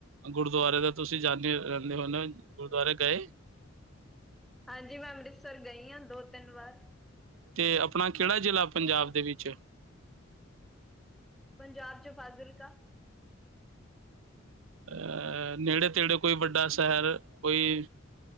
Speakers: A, on the right (about 70°); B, in the centre.
A: ਗੁਰਦੁਆਰੇ ਤਾਂ ਤੁਸੀਂ ਜਾਂਦੇ ਰਹਿੰਦੇ ਹੁੰਦੇ ਹੋ। ਗੁਰਦੁਆਰੇ ਗਏ।
B: ਹਾਂਜੀ, ਮੈਂ ਅੰਮ੍ਰਿਤਸਰ ਗਈ ਹਾਂ ਦੋ ਤਿੰਨ ਵਾਰ।
A: ਤੇ, ਆਪਣਾ ਕਿਹੜਾ ਜ਼ਿਲ੍ਹਾ ਪੰਜਾਬ ਦੇ ਵਿੱਚ।
B: ਪੰਜਾਬ ਚ ਫਾਜ਼ਿਲਕਾ।
A: ਅਹ ਨੇੜੇ ਤੇੜੀਉ ਕੋਈ ਵੱਡਾ ਸ਼ਹਿਰ ਕੋਈ।